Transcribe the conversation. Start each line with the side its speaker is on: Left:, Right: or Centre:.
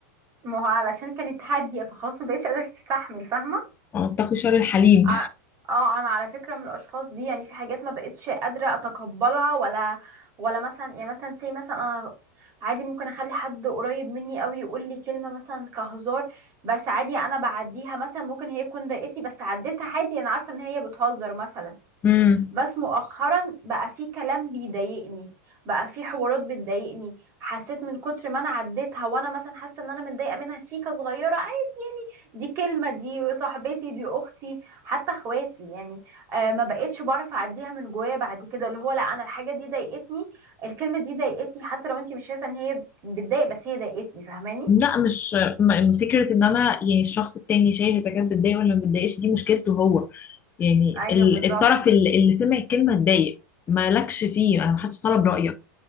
Right: ما هو علشان كانت هادية فخلاص ما بقتش قادرة تستحمل فاهمة
Left: اتقي شر الحليم
Right: ع- اه انا على فكرة من الاشخاص دي يعني في حاجات ما بقتش قادرة اتقبلها ولا ولا مثلا يعني مثلا سي مثلا انا عادي ممكن اخلي حد قريب مني قوي يقول لي كلمة مثلا كهزار بس عادي انا بعديها مثلا ممكن هي تكون ضايقتني بس عديتها عادي انا عارفة ان هي بتهزر مثلا
Left: امم
Right: بس مؤخرا بقى في كلام بيضايقني بقى في حوارات بتضايقني حسيت من كتر ما انا عديتها وانا مثلا حاسه ان انا متضايقه منها سيكه صغيره دي كلمة دي صاحبتي دي أختي حتى اخواتي يعني آه ما بقتش بعرف أعديها من جوايا بعد كده اللي هو لا أنا الحاجة دي ضايقتني الكلمة دي ضايقتني حتى لو أنت مش شايفة إن هي بتضايق بس هي ضايقتني فاهماني؟
Left: لا مش م- فكرة ان انا يعني الشخص التاني شايف اذا كانت بتضايق ولا ما بتضايقش دي مشكلته هو يعني
Right: أيوه
Left: ال-
Right: بالظبط
Left: الطرف ال- اللي سمع الكلمة اتضايق مالكش فيه انا محدش طلب رأيك